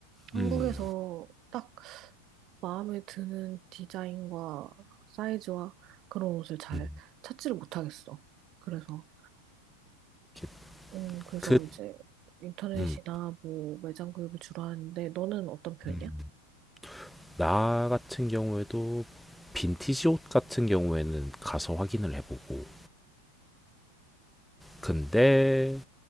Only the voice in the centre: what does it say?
음.
음.
이렇게
그
음.
음. 나 같은 경우에도 빈티지 옷 같은 경우에는 가서 확인을 해보고 근데